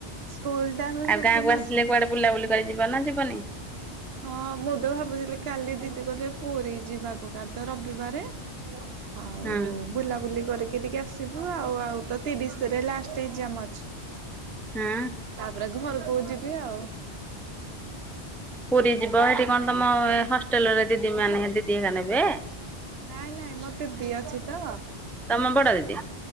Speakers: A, on the right (about 65°); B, in the centre.
A: ସ୍କୁଲ ଟାଇମରେ
B: ଆଉ
A: ସବୁଠୁ
B: ଗାଁ କକୁ
A: ମଜା
B: ଆସିଲେ କୁଆଡେ ବୁଲାବୁଲି କରି ଯିବ ନା ଯିବନି
A: ହଁ ମୁଁ ତ ଭାବୁଥିଲି କାଲି ଦିଦି କହିଲେ ପୁରୀ ଯିବାକୁ କାଲି ତ ରବିବାରେ। ଆଉ
B: ହଁ
A: ବୁଲାବୁଲି କରିକି ଟିକେ ଆସିବୁ ଆଉ ଆଉ ତ ତିରିଶ ଲାଷ୍ଟଜାମ ଅଛି।
B: ହଁ
A: ତାପରେ ଘରକୁ ଯିବି ଆଉ।
B: ପୁରୀ ଯିବ ସେଇଠି କଣ ତମ ହଷ୍ଟେଲରେ ଦିଦି ମାନେ ଦିଦି ନେବେ
A: ନାଇଁ ନାଇଁ ମୋ ଦିଦି ଅଛି ତ
B: ତମ ବଡ ଦିଦି